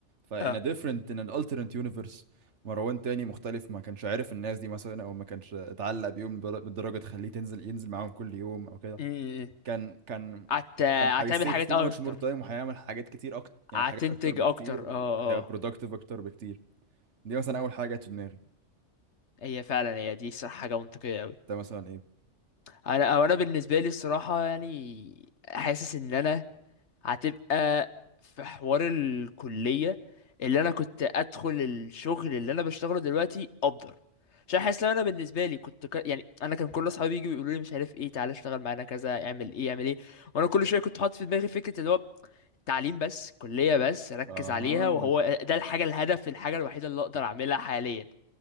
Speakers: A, on the right; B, on the left.
A: ف in
B: اه
A: a different in an alternate universe مروان تاني مختلف ما كانش عارف الناس دي مثلا او ما كانش اتعلق بيهم بدر- بالدرجه تخليه تنزل ينزل معاهم كل يوم او كده
B: مم.
A: كان كان
B: هت...
A: كان هيسيف
B: هتعمل حاجات
A: so
B: أكتر
A: much more time وهيعمل حاجات كتير اكتر يعني
B: هتنتج
A: حاجات اكتر بكتير
B: أكتر اه
A: وهيبقى
B: اه
A: productive اكتر بكتير دي مثلا اول حاجه جت في دماغي
B: هي فعلا هي دي صراحة حاجة منطقية أوي
A: ده مثلا ايه
B: أنا أو أنا بالنسبة لي الصراحة يعني حاسس إن أنا هتبقى في حوار الكلية اللي انا كنت ادخل الشغل اللي انا بشتغله دلوقتي افضل عشان حاسس ان انا بالنسبه لي كنت ك... يعني انا كان كل اصحابي يجوا يقولوا لي مش عارف ايه تعالى اشتغل معانا كذا اعمل ايه اعمل ايه وانا كل شويه كنت حاطط في دماغي فكره اللي هو تعليم بس كليه بس ركز
A: اها
B: عليها وهو ده الحاجه الهدف الحاجه الوحيده اللي اقدر اعملها حاليا